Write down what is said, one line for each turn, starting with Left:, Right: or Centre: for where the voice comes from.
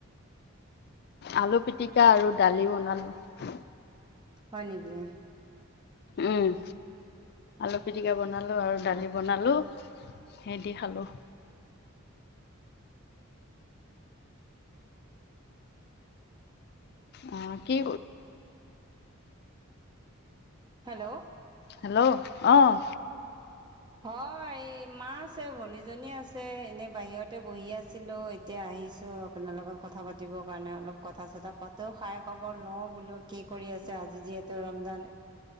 Left: আলু পিটিকা আৰু দালি বনালোঁ।
Right: হয় নেকি?
Left: উম, আলু পিটিকা বনালোঁ আৰু দালি বনালো সেয়ে দি খালোঁ। আহ কি
Right: হেল্ল'
Left: হেল্ল' অ'
Right: হয়, এই মা আছে ভনীজনী আছে এনে বাহিৰতে বহি আছিলোঁ। এতিয়া আহ আহিছোঁ আপোনাৰ লগত কথা পাতিব। কাৰণে অলপ কথা চথা পাতেও খাই খবৰ লওঁ বোলোঁ কি কৰি আছে। আজি যিহেতু ৰমজান